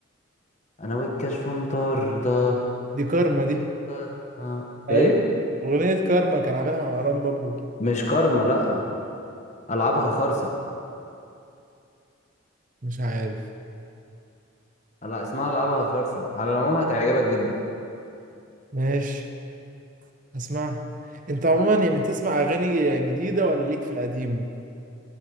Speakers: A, on the left; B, on the right.
A: أنا والكشف مطاردة
B: دي كارما
A: فك
B: دي
A: الطاردة
B: أيوة
A: إيه
B: أغنية كارما كان عاملها مع مروان بابلو
A: مش كارما لأ ألعابها خرصة
B: مش عارف
A: لا اسمها ألعابها خرصة على العموم هتعجبك جدا
B: ماشي هسمعها أنت عموما يعني تسمع أغاني جديدة ولا ليك في القديم؟